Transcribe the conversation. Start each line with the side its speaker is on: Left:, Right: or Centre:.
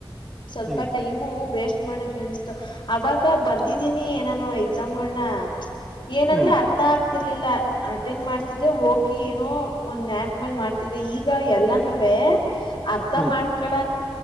Left: ಸ್ವಲ್ಪ
Centre: ಹ್ಮ್
Left: ಟೈಮು ವೇಸ್ಟ್ ಮಾಡದ್ವಿ ಅನ್ಸ್ತು ಅವಾಗ ಬರ್ದಿದೀನಿ ನಾನು ಎಕ್ಸಾಮ್ಗಳನ ಏನಂದ್ರೆ
Centre: ಹ್ಮ್
Left: ಅರ್ಥ ಆಗ್ತಿಲ್ಲ ಇಲ್ಲ ಅಟೆಂಡ್ ಮಾಡ್ತಿದ್ದೆ ಹೋಗಿ ಏನೋ ಒಂದ್ ನ್ಯಾಕ್ ಮೇಲ್ ಮಾಡ್ತಿದ್ದೆ ಈಗ ಎಲ್ಲಾನ ವ ಅರ್ಥ
Centre: ಹ್ಮ್
Left: ಮಾಡ್ಕೊಳ